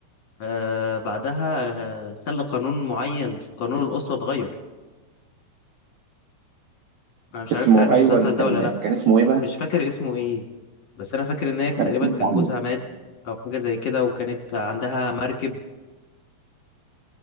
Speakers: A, on the left; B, on the right.
A: آه بعدها آه خلى قانون معين في قانون الأسرة اتغير أنا مش
B: اسمه
A: عارف تعرف المسلسل
B: ايوه
A: ده
B: كان
A: ولا لأ
B: كان اسمه ايه بقى؟
A: مش فاكر اسمه إيه بس أنا فاكر إن هي كانت
B: انا
A: تقريبا
B: سمعت
A: كان
B: عنه
A: جوزها مات أو حاجة زي كده وكانت عندها مركب